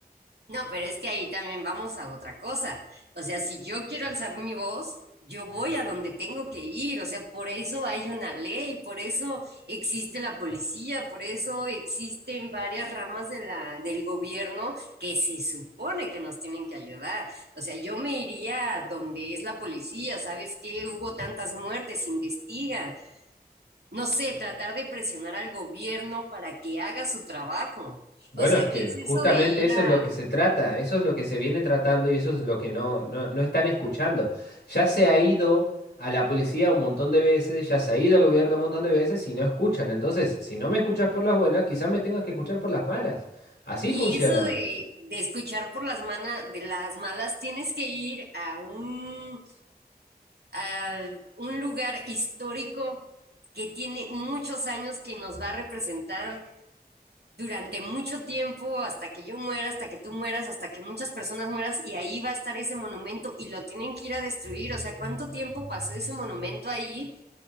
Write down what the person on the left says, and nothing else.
Bueno,
es que
justamente
eso
es lo que se trata, eso es lo que se viene tratando y eso es lo que no, no, no están escuchando. Ya se ha ido a la policía un montón de veces, ya se ha ido al gobierno un montón de veces y no escuchan. Entonces, si no me escuchas por las buenas, quizás me tengas que escuchar por las malas. Así
funciona.